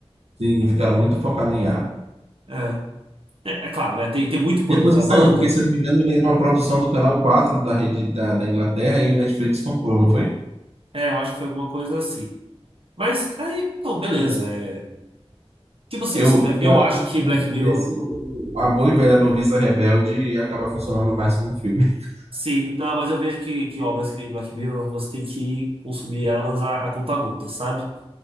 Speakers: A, on the right (about 80°); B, on the right (about 60°).
A: Sim, ficaram muito focados em ar.
B: É, é, é claro, né? Tem, tem muito pano
A: Depois
B: pra
A: que saiu,
B: manga.
A: porque se eu não me engano, ele era uma produção do Canal 4 da rede da, da Inglaterra e o Netflix comprou, não foi?
B: É, eu acho que foi alguma coisa assim. Mas aí, não, beleza. é. tipo assim,
A: Eu,
B: mas, é,
A: tem
B: eu
A: hora
B: acho
A: que no
B: que
A: momento
B: Black Mirror.
A: desse, o- a boa
B: cu-
A: e velha noviça rebelde acaba funcionando mais como um filme. <laughs>
B: Sim, não, mas eu vejo que, que obras que nem Black Mirror você tem que consumir elas a, a conta-gota, sabe?